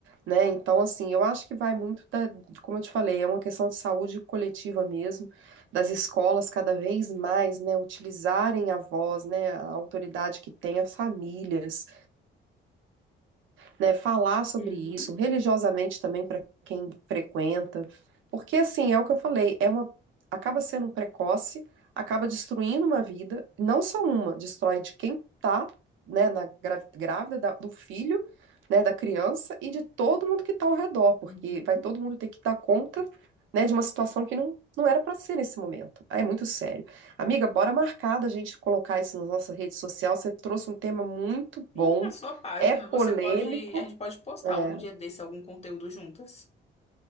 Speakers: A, on the right; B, on the left.
A: né? Então, assim, eu acho que vai muito da, como eu te falei, é uma questão de saúde coletiva mesmo, das escolas cada vez mais, né, utilizarem a voz, né, a autoridade que tem, as famílias né, falar sobre
B: Uhum,
A: isso religiosamente também para quem frequenta, porque assim, é o que eu falei, é uma acaba sendo um precoce, acaba destruindo uma vida, não só uma, destrói de quem tá, né, na grá- grávida da- do filho, né, da criança e de todo mundo que tá ao redor, porque
B: uhum.
A: vai todo mundo ter que dar conta, né, de uma situação que não Não era para ser nesse momento. Ah, É muito sério. Amiga, bora marcar da gente colocar isso na nossa rede social. Você trouxe um tema muito
B: E
A: bom,
B: na sua página,
A: é polêmico,
B: você pode, a gente pode postar
A: é,
B: algum dia desse algum conteúdo juntas.